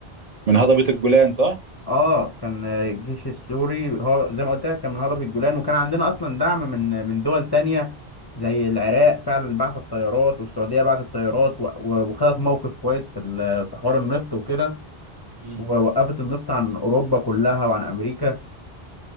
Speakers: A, on the right; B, on the left.
A: من هضبه الجولان صح
B: اه كان الجيش السوري هو زي ما قلت لك كان من هرب الجولان وكان عندنا اصلا دعم من من دول تانية زي العراق فعلا بعت الطيارات والسعوديه بعتت الطيارات و- و- وخدت موقف كويس في ال- في حوار النفط وكده
A: امم
B: ووقفت النفط عن اوروبا كلها وعن امريكا